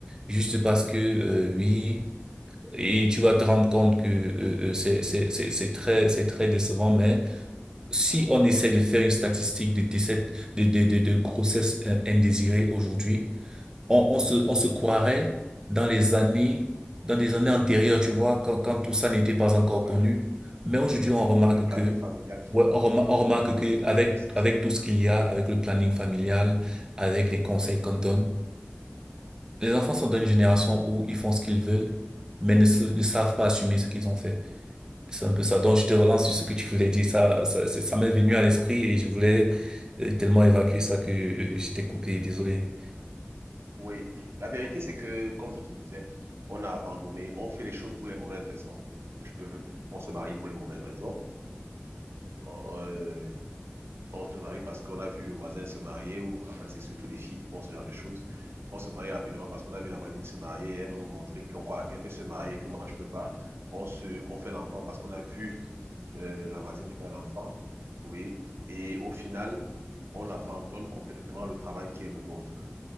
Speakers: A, on the right; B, on the right.
A: juste parce que euh, oui. Et tu vas te rendre compte que euh, euh, c'est c'est c'est c'est très c'est très décevant, mais si on essaie de faire une statistique de décès de de de, de grossesse euh, indésirée aujourd'hui, on, on se, on se croirait dans les années, dans des années antérieures, tu vois, quand, quand tout ça n'était pas encore
B: Ouais.
A: connu. Mais aujourd'hui, on remarque
B: Euh, Le planning
A: que,
B: familial, c'est
A: ouais,
B: pas
A: on
B: connu,
A: remarque,
B: oui.
A: on remarque
B: Les moyens
A: que
B: de contraception.
A: avec, avec tout ce qu'il y a, avec le planning familial, avec les conseils qu'on donne, les enfants sont dans une génération où ils font ce qu'ils veulent, mais ne, se- ne savent pas assumer ce qu'ils ont fait. C'est un peu ça. Donc, je te relance sur ce que tu voulais dire. Ça, ça, c'est- ça m'est venu à l'esprit
B: Bon,
A: et je voulais euh, tellement évacuer ça que euh, je t'ai coupé. Désolé.
B: Oui. La vérité, c'est que, comme je te disais, on a abandonné, on fait les choses pour les mauvaises raisons. Je peux- on se marie pour les mauvaises raisons. On, euh, on se marie parce qu'on a vu le voisin se marier, ou enfin, c'est surtout les filles qui font ce genre de choses. On se marie rapidement parce qu'on a vu la voisine se marier, et elle veut nous montrer que- quoi, qu'elle peut se marier, que moi je peux pas. On se, on fait l'enfant parce qu'on a vu euh, la voisine fait à l'enfant, oui. Et au final, on abandonne complètement le travail qui est le nôtre.